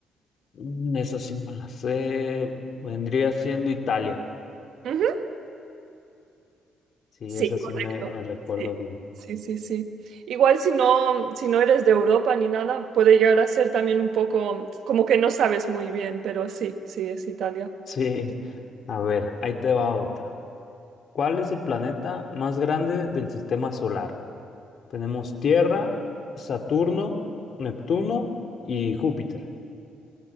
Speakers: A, on the left; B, on the right.
A: Mm, Esa sí me la sé. Vendría siendo Italia.
B: Ujú,
A: Sí,
B: Sí,
A: esa sí
B: correcto.
A: me, me recuerdo
B: Sí,
A: bien.
B: sí, sí, sí. Igual si no, si no eres de Europa ni nada, puede llegar a ser también un poco como que no sabes muy bien, pero sí, sí, es Italia.
A: <laughs> Sí. A ver, ahí te va otra. ¿Cuál es el planeta más grande del sistema solar? Tenemos Tierra, Saturno, Neptuno y Júpiter.